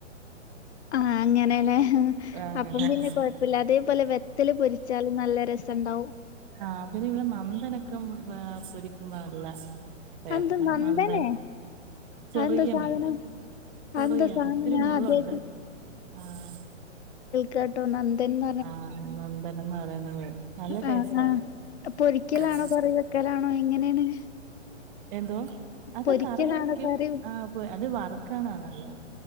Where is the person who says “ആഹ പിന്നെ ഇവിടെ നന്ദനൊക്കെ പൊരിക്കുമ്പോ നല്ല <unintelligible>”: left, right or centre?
Right